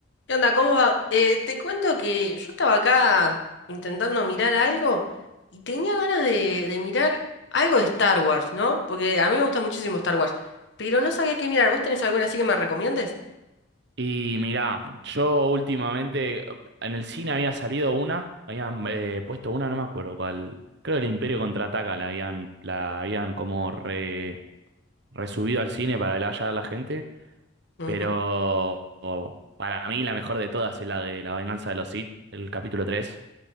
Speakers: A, on the left (about 60°); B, on the right (about 60°).
A: ¿Qué onda? ¿Cómo va? Eh, te cuento que yo estaba acá intentando mirar algo y tenía ganas de, de mirar algo de Star Wars, ¿no? Porque a mí me gusta muchísimo Star Wars, pero no sabía qué mirar. ¿Vos tenés alguna así que me recomiendes?
B: Y mirá, yo últimamente en el cine había salido una, habían eh, puesto una, no me acuerdo cuál. Creo que el Imperio Contraataca la habían, la habían como re, resubido al cine para que la a la gente,
A: Ujú.
B: pero o, para mí la mejor de todas es la de La Venganza de los Sith, el capítulo 3.